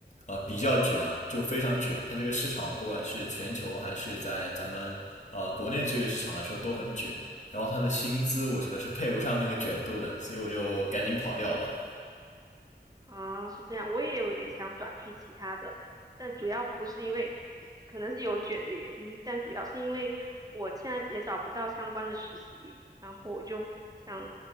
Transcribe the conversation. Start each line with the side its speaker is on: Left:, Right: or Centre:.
Left: 呃比较卷啊，就非常卷，它这个市场不管是全球还是在咱们呃国内就业市场来说都很卷，然后它的薪资我觉得是配不上那个卷度的，所以我就赶紧跑掉了。
Right: 啊，是这样，我也有点想转去其他的，但主要不是因为，一可能是有卷的原因，但主要是因为我现在也找不到相关的实习，然后我就想